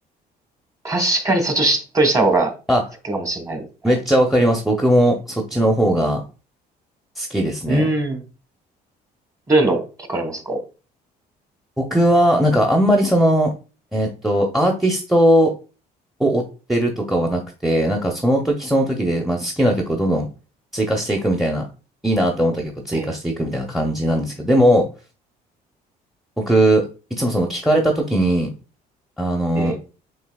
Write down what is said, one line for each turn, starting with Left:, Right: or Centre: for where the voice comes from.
Right: 確かにそっちをしっとりした方が好きかもしれないですね。
Centre: あ、めっちゃわかります。僕もそっちの方が好きですね。
Right: うーん。どういうの聞かれますか
Centre: 僕は、なんかあんまりその、えっと、アーティストを追ってるとかはなくて、なんかその時その時で、まあ、好きな曲をどんどん追加していくみたいな、いいなって思った曲を追加していくみたいな感じなんですけど、
Right: ええ、
Centre: でも、僕、いつもその聞かれた時に、あの、
Right: ええ、